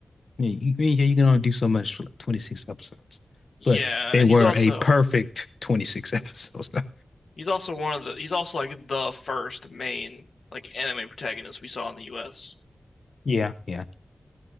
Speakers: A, on the left; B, on the left.
A: Yeah, you, I mean, yeah, you can only do so much for like 26 episodes.
B: Yeah,
A: But they
B: and
A: were
B: he's also
A: a perfect 26 <laughs> episodes though.
B: he's also one of the he's also like the first main like anime protagonist we saw in the US.
A: Yeah, yeah.